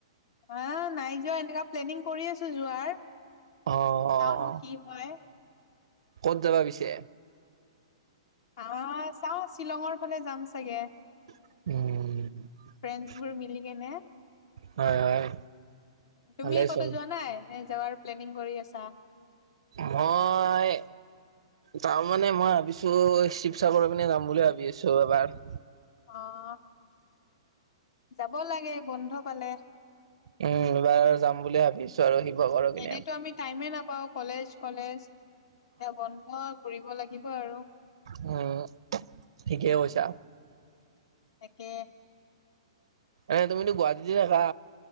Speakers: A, on the left; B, on the right.
A: হা নাই যোৱা এনেকুৱা প্লেনিং কৰি আছো যোৱাৰ
B: অ
A: চাও কি হয়
B: ক'ত যাবা পিছে
A: হা চাও শ্বিলঙৰ ফালে যাম চাগে
B: উম
A: ফ্ৰেণ্ডচ বোৰ মিলি কেনে
B: হয় হয়
A: তুমি
B: ভালেচোন।
A: কত যোৱা নাই নে যাৱাৰ প্লেনিং কৰি আছা
B: মই যাম মানে মই ভাবিছো শিৱসাগৰৰ পিনে যাম বুলি ভাবি আছো এবাৰ
A: অ যাব লাগে বন্ধ পালে
B: উম এইবাৰ আৰু যাম বুলি ভাবিছো আৰু শিৱসাগৰৰ পিনে
A: এনেতো আমি টাইমে নাপাওঁ কলেজ কলেজ এতিয়া বন্ধ কৰিব লাগিব আৰু
B: হম ঠিকেই কৈছা
A: তাকে
B: এনেই তুমিটো গুৱাহাটীতে থাকা